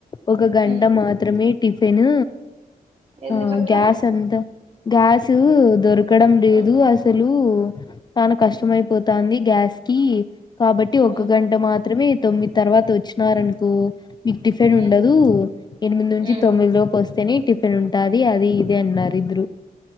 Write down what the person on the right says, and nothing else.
మ్మ్
ఎందుకట్లా
ఆ
మ్మ్
మ్మ్
మ్మ్
మ్మ్